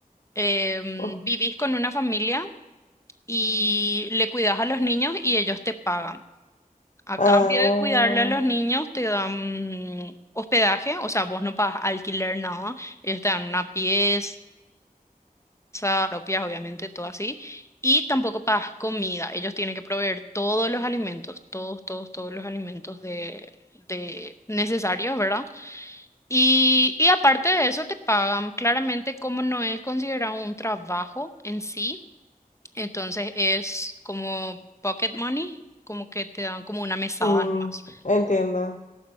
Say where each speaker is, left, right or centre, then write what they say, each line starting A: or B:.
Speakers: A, on the left; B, on the left.
A: em,
B: ujú.
A: vivís con una familia y le cuidas a los niños y ellos te pagan. A
B: Ah.
A: cambio de cuidarle a los niños, te dan mm, hospedaje, o sea, vos no pagas alquiler, nada. Ellos te dan una pieza casa propias, obviamente, todo así. Y tampoco pagas comida. Ellos tienen que proveer todos los alimentos, todos, todos, todos los alimentos de, de necesarios, ¿verdad? Y, y aparte de eso te pagan. Claramente, como no es considerado un trabajo en sí, entonces es como pocket money, como que te dan como una mesada
B: mm,
A: nomás.
B: entiendo.